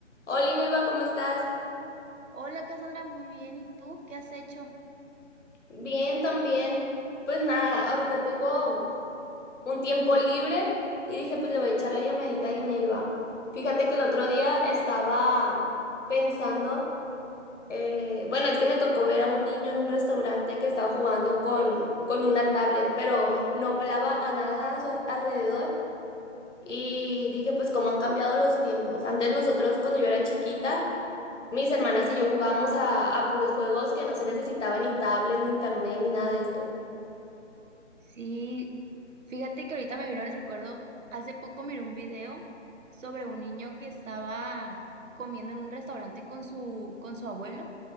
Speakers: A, on the left (about 70°); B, on the right (about 85°).
A: Hola, Inelva, ¿cómo estás?
B: Hola Cassandra, muy bien. ¿Y tú qué has hecho?
A: Bien, también. Pues nada, ahorita tengo un tiempo libre y dije, pues le voy a echar la llamadita a Inelva. Fíjate que el otro día estaba pensando, eh, bueno, es que me tocó ver a un niño en un restaurante que estaba jugando con, con una tablet, pero <laughs> no pelaba a nada a su al- alrededor. Y dije, pues cómo han cambiado los tiempos. Antes nosotros, cuando yo era chiquita, mis hermanas y yo jugábamos a, a puros juegos que no se necesitaban ni tablet, ni internet, ni nada de esto.
B: Sí, fíjate que ahorita me vino el recuerdo, hace poco miré un video sobre un niño que estaba comiendo en un restaurante con su, con su abuelo.